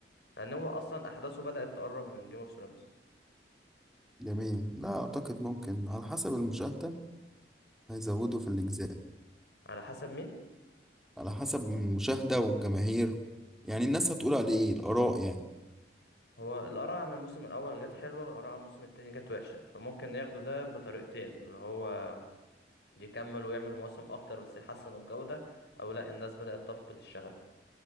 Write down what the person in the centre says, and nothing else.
جميل لا أعتقد ممكن على حسب المشاهدة هيزودوا في الأجزاء
على حسب المشاهدة والجماهير يعني الناس هتقول عليه إيه الآراء يعني